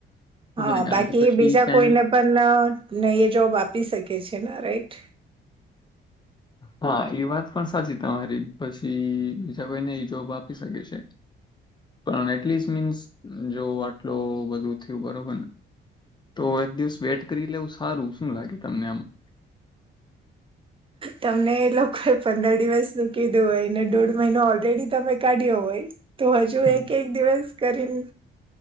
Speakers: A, on the right; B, on the left.
A: હા
B: બને કારણ
A: બાકી
B: કે પછી
A: બીજા
B: કાયમી
A: કોઈને પણને એ જોબ આપી શકે છે ને રાઈટ
B: હા એ વાત પણ સાચી તમારી પછી બીજા કોઈને એ જોબ આપી શકે છે પણ એટલીસ્ટ મીન્સ જો આટલો બુ થયું બરોબરને તો એક દિવસ વેટ કરી લઉં સારું શું લાગે તમને આમાં
A: તમને એ લોકોએ પંદર દિવસનું કીધું હોય ને દોઢ મહિનો ઓલરેડી તમે કાઢ્યો હોય તો હજુ
B: હમ્મ.
A: એક એક દિવસ કરીને